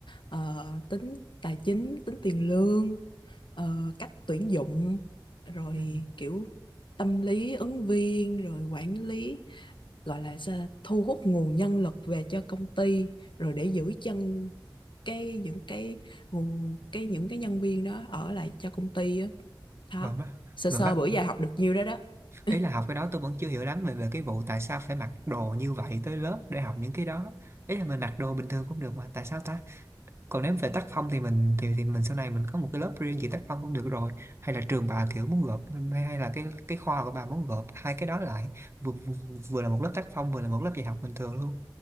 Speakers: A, on the left (about 85°); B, on the right (about 35°).
A: ờ, tính tài chính tính tiền lương ờ, cách tuyển dụng rồi
B: ừ.
A: kiểu tâm lý ứng viên rồi quản lý gọi là sao, thu hút nguồn nhân lực về cho công ty rồi để giữ chân cái những cái nguồn cái những cái nhân viên đó ở lại cho công ty á đó.
B: rồi mắt
A: Sơ
B: rồi
A: sơ
B: mắc
A: bữa giờ học được nhiêu đó đó. <laughs>
B: ý là học cái đó tôi vẫn chưa hiểu lắm về về cái vụ tại sao phải mặc đồ như vậy tới lớp để học những cái đó ý là mình mặc đồ bình thường cũng được mà tại sao ta còn nếu về tác phong thì mình thì thì mình sau này mình có một cái lớp riêng về tác phong cũng được rồi hay là trường bà kiểu muốn gộp hay hay là cái cái khoa của bà muốn gộp hai cái đó lại vừa, vừa, vừa là một lớp tác phong vừa là một lớp dạy học bình thường luôn